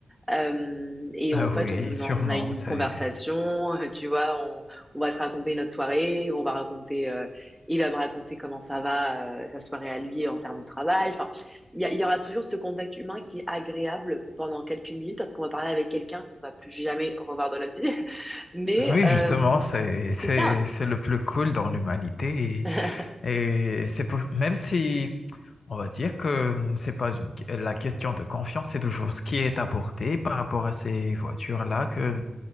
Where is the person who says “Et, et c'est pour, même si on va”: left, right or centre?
Left